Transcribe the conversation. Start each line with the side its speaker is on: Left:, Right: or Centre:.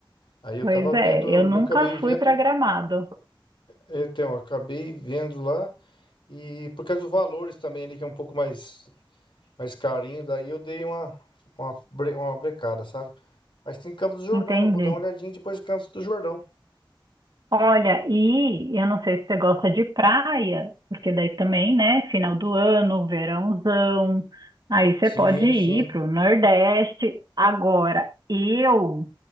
Left: Aí eu
Right: pois
Left: tava
Right: é,
Left: vendo,
Right: eu nunca
Left: eu acabei vendo,
Right: fui para Gramado.
Left: então, eu acabei vendo lá. E por causa dos valores também ali, que é um pouco mais mais carinho, daí eu dei uma, uma, bre- uma brecada, sabe? Mas tem Campos do Jordão,
Right: Entendi.
Left: eu vou dar uma olhadinha depois de Campos do Jordão.
Right: Olha, e eu não sei se você gosta de praia, porque daí também, né, final do ano, verãozão, aí você
Left: Sim,
Right: pode ir
Left: sim.
Right: para o Nordeste. Agora, eu,